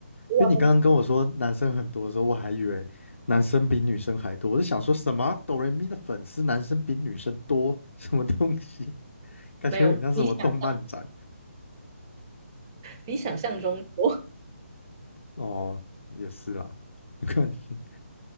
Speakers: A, on the right; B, on the left.
A: 如果要跟你
B: 因为你刚刚跟我说男生很多的时候，我还以为男生比女生还多，我就想说什么哆瑞咪的粉丝男生比女生多，<laughs> 什么东西？<laughs> 感觉很像什么动漫展。
A: 没有比想象比想象中多。
B: 哦，也是啦，没关系，